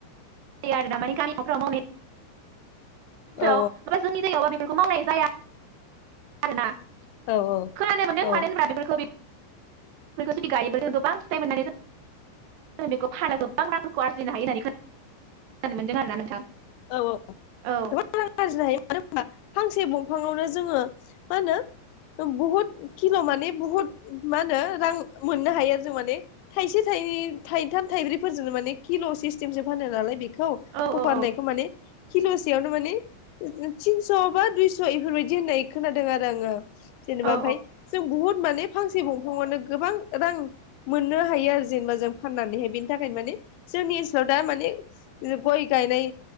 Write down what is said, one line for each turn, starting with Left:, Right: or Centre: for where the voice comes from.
Right: <unintelligible> हनसाव
Left: औ
Right: ओमफ्राय जोंनि जायगायावबा बेफोरखौ मावनाय जाया आरोना।
Left: औ
Right: खोनानाय मोनदों
Left: औ
Right: मानो होनबा बेफोरखौ बेखौ जुदि गायोब्ला <unintelligible> ज बेखौ फाना गोबां रांफोरखौ आरजिनो हायो होननानै खोन खोनानो मोनदों आरोना नोंथां।
Left: औ औ।
Right: औ
Left: गोबां रां आरजिनो हायो मानो होना फांसे दंफाङावनो जोङो मा होनो बुहुद किल' माने बुहुत मा होनो रां मोननो हायो आरो जों माने थायसे थाइ थाइथाम थाइब्रैफोरजों माने किल' सिस्टेमसो फानो नालाय बे खौ खखा'
Right: औ औ
Left: होननायखौ
Right: औ
Left: माने खिल'सेयावनो माने थिनस' बा दुइस' इफोरबायदि होननाय खोनादों आरो आङो जेनेबा
Right: औ
Left: ओमफ्राय जों बुहुत माने फांसे दंफाङावनो गोबां रां मोननो हायो आरो जेनेबा जों फाननानैहाय बेनि थाखायनो माने जोंनि ओनसोलाव दा माने गय गायनाय